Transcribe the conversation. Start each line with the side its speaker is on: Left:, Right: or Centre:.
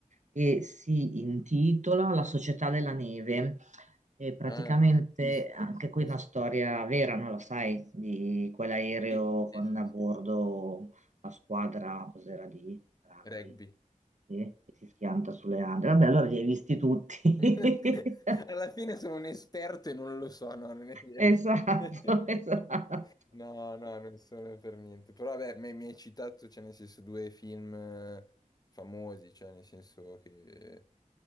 Right: e si intitola La società della neve. E praticamente
Left: Ah, visto,
Right: anche qui
Left: visto.
Right: una storia vera, non la sai, di quell'aereo
Left: Sì, sì,
Right: con
Left: sì,
Right: a
Left: sì.
Right: bordo la squadra, cos'era di rugby,
Left: Rugby.
Right: sì, che si schianta sulle Ande. Vabbè, allora li hai visti tutti. <laughs>
Left: <laughs> Alla fine sono un esperto e non lo so, no, non è vero.
Right: Esatto,
Left: <laughs>
Right: <laughs> esatto.
Left: No, no, non sono per niente. Però vabbè, mi mi hai citato, cioè, nel senso, due film eh, famosi, cioè, nel senso che,